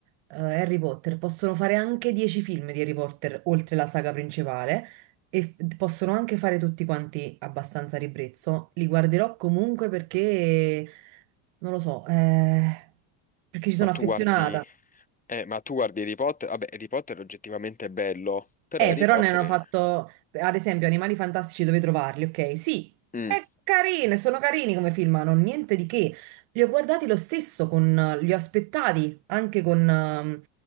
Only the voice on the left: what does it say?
Ma tu
guardi, eh, ma tu guardi Harry Potter? Vabbè, Harry Potter oggettivamente è bello, però
Harry
Potter
è...
Mm,